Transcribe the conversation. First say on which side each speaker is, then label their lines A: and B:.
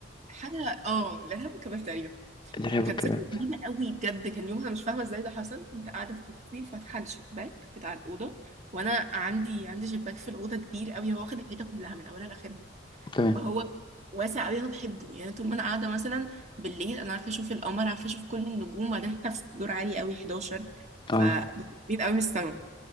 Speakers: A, on the right; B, on the left.
A: حاجة اه الإرهاب والكباب تقريبا
B: الإرهاب
A: كانت
B: والكباب
A: ذكرى جميلة قوي بجد كان يومها مش فاهمة ازاي ده حصل كنت قاعدة في أوضتي فاتحة الشباك بتاع الأوضة وأنا عندي عندي شباك في الأوضة كبير قوي هو واخد الحيطة كلها من أولها لآخرها
B: تمام
A: فهو واسع قوي انا بحبه يعني طول ما انا قاعده مثلا بالليل انا عارفه اشوف القمر عارفه اشوف كل النجوم وبعدين احنا في <laughs> دور عالي قوي 11 فبتبقين
B: اه
A: قوي من السما